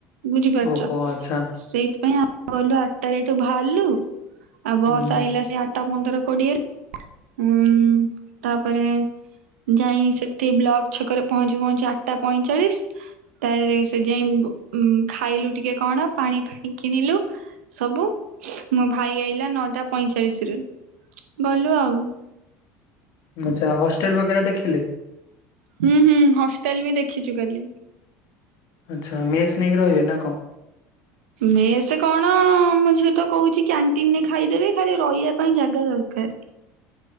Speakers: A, on the right; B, on the left.
A: ବୁଝିପାରୁଛ
B: ଓହୋ ଆଚ୍ଛା
A: ସେଇଥିପାଇଁ ଆ ଗଲୁ ଆଠଟାରେ ଏଠୁ ବାହାରିଲୁ ଆଉ ବସ
B: ହୁଁ ହୁଁ।
A: ଆଇଲା ସେ ଆଠଟା ପନ୍ଦର କୋଡିଏରେ ଉଁ ତାପରେ ଯାଇ ସେଠି ବ୍ଲକ ଛକରେ ପହଞ୍ଚି ପହଞ୍ଚି ଆଠଟା ପଇଁଚାଳିଶ ତା ସେଠି ଯାଇ ଖାଇଲୁ ଟିକେ କଣ ପାଣି ଫାଣି କିଣିଲୁ ସବୁ ମୋ ଭାଇ ଆଇଲା ନଅଟା ପଇଁଚାଳିଶରେ ଗଲୁ ଆଉ
B: ଆଛା ହଷ୍ଟେଲ ବଗେରା ଦେଖିଲେ।
A: ହୁଁ ହୁଁ ହଷ୍ଟେଲ ବି ଦେଖିଛୁ କାଲି।
B: ଆଚ୍ଛା ମେସ୍ ନେଇକି ରହିବେ ନା କଣ
A: ମେସ କଣ ମୋ ଝିଅ ତ କହୁଛି କ୍ୟାଣ୍ଟିନରେ ଖାଇଦେବି ଖାଲି ରହିବା ପାଇଁ ଜାଗା ଦରକାର।
B: <unintelligible>